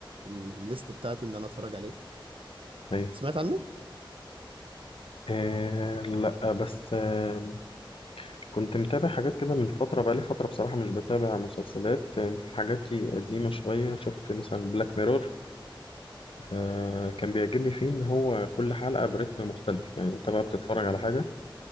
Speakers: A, on the right; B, on the left.
A: الليست بتاعتي ان انا اتفرج عليه
B: أيوة
A: سمعت عنه؟
B: آه لا بس آه كنت متابع حاجات كده من فترة بقالي فترة بصراحة مش بتابع مسلسلات آه في حاجاتي قديمة شوية شفت مثلا بلاك ميرور آه كان بيعجبني فيه إن هو كل حلقة برتم مختلف يعني أنت بقى بتتفرج على
A: مم.
B: حاجة